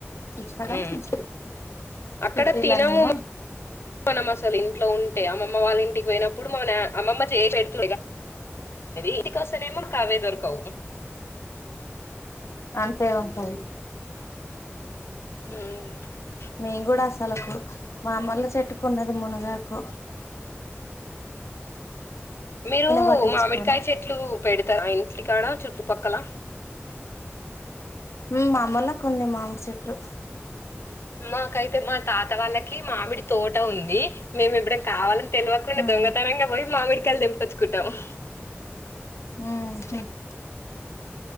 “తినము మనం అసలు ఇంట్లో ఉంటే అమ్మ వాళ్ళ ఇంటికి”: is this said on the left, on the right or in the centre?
Left